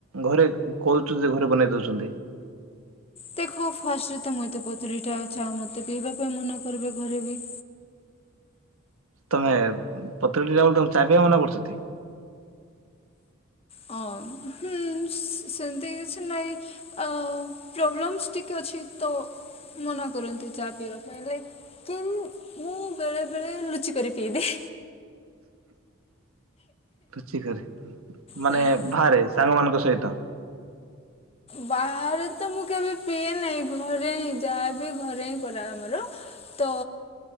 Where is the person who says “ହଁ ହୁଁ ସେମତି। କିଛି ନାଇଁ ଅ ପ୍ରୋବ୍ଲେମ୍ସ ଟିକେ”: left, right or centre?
Left